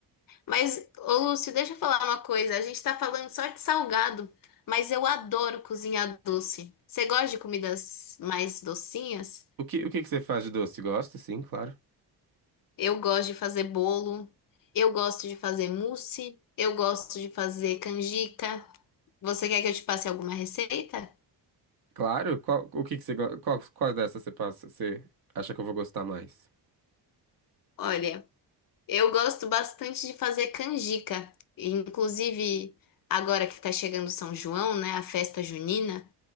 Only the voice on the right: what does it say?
O que, o que que você faz de doce? Gosta? Sim, claro.
Claro? Qual, o que que você, go- qual, qual dessas você passa, você acha que eu vou gostar mais?